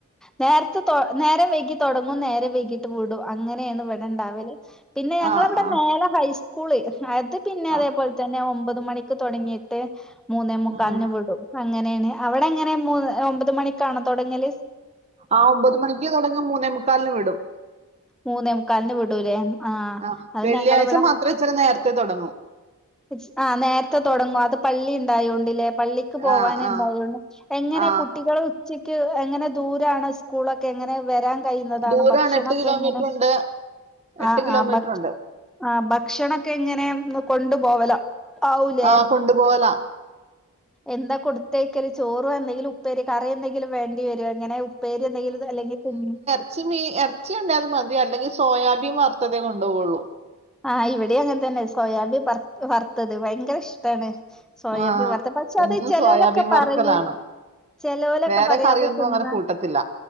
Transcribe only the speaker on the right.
ആ ആ
ആ
ഉം.
ആ ഒമ്പത് മണിക്ക് തുടങ്ങും മൂന്നേ മുക്കാലിന് വിടും
ആ
വെള്ളിയാഴ്ച
മാത്രേ ഇച്ചിരി നേർത്തെ തൊടങ്ങൂ
ആ ആ
ആ
ദൂരാണ്
എട്ട് കിലോമീറ്റർ
ഉണ്ട് എട്ട്
കിലോമീറ്റർ
ഉണ്ട്
ആ കൊണ്ടുപോകലാ
പക്ഷെ മീ എർച്ചി ഉണ്ടായാലും മതി അല്ലെങ്കിൽ സോയാബീൻ വർത്തതേ കൊണ്ടോകൊള്ളൂ
ആ
എന്നും
സോയാബീൻ
വറുക്കലാണ്
വേറെ
കറിയൊന്നും
അങ്ങനെ കൂട്ടത്തില്ല